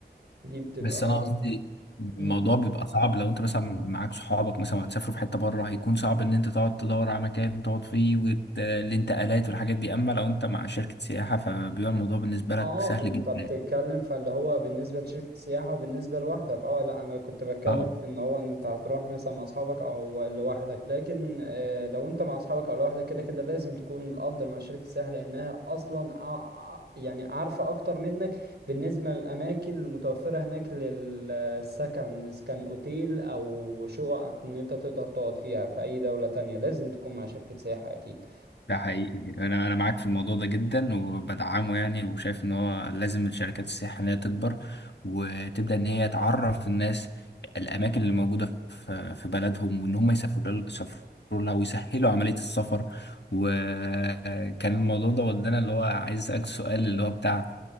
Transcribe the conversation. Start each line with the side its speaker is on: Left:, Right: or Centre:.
Right: دي بتبقى
Left: بس انا قصدي
Right: مم.
Left: الموضوع بيبقى صعب لو انت مثلا معاك صحابك مثلا هتسافروا في حتة بره هيكون صعب ان انت تقعد تدور على مكان تقعد فيه والانتقالات والحاجات دي اما لو انت مع شركة سياحة فبيبقى الموضوع بالنسبة
Right: اه
Left: لك سهل
Right: انت
Left: جدا
Right: بتتكلم فاللي هو بالنسبة لشركة السياحة وبالنسبة لوحدك اه لا انا كنت بتكلم
Left: اه
Right: في ان هو انت هتروح مثلا مع اصحابك او لوحدك لكن آه لو انت مع اصحابك او لوحدك كده كده لازم تكون الافضل مع شركة السياحة لانها اصلا ع- ع- يعني عارفة اكتر منك بالنسبة للاماكن المتوفرة هناك للسكن اذا كان اوتيل او شقق ان انت تقدر تقعد فيها في اي دولة تانية لازم تكون مع شركة سياحة اكيد
Left: ده حقيقي انا انا معاك في الموضوع ده جدا وبدعمه يعني وشايف ان هو لازم الشركات السياحيه ان هي تكبر وتبدا ان هي تعرف الناس الاماكن اللي موجوده في في بلدهم وان هم يسافروا يسافروا لها ويسهلوا عمليه السفر وكان الموضوع ده ودانا اللي هو عايز اسالك سؤال اللي هو بتاع